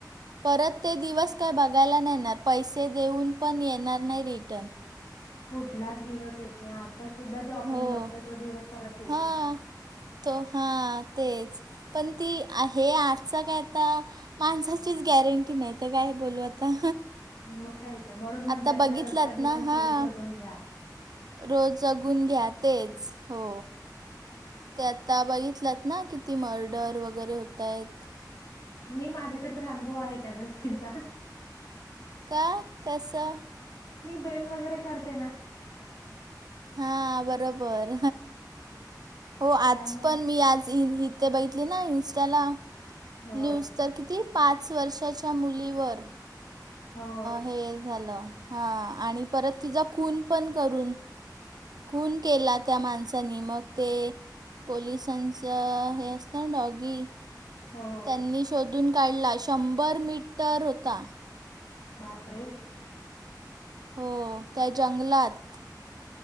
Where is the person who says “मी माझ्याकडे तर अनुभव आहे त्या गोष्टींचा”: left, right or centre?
Left